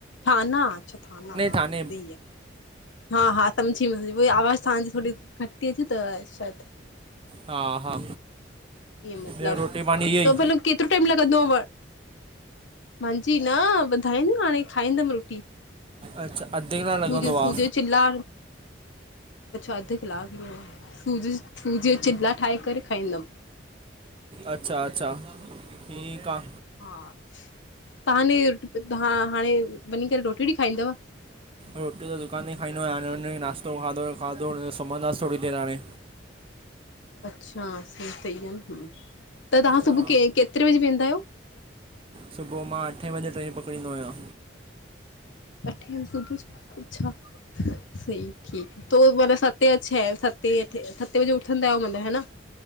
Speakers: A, on the left; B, on the right.
A: थाना, अच्छा थाना हां,
B: थाने
A: सही है। हा हा, सम्झी वेंदी, उओई आवाज़ तहांजी थोरी घट ती अचे त शायद
B: हा हा
A: ईअं मतलब,
B: ॿियो रोटी पाणी
A: हा
B: इहो
A: त
B: ई
A: भला केतरो टाइम लॻंदो? मांजी न, ॿुधाईं न हाणे खाईंदम रोटी।
B: अच्छा, अध कलाक
A: सूजी
B: लॻंदो
A: सूजी
B: आ।
A: चिला अच्छा, अध क्लाक में, सूज़ी सूज़ीअ जा चिल्ला ठाहे करे खाईंदम।
B: अच्छा अच्छा, ठीक आ।
A: हा, तहांने हा हांणे वञी करे रोटी वोटी खाईंदव?
B: रोटी त दुकान तेई खाईंदो आयां, हाणे जो नश्तो खाधो हुयो, खाधोजो सुम्हंदास थोड़ी देर हाणे।
A: अच्छा, सही सही आ न हूं, त तहां
B: हा
A: सुभू के केतरे बजे वेंदा आयो?
B: सुबूह मां, अठें बजे ट्रेन पकड़ींदो आंयां।
A: अठें बजे सुभूअ अच्छा, सही ठीक तो, माना सतें अ छहें सतें अठें सतें बजे उठंदा आयो हा न?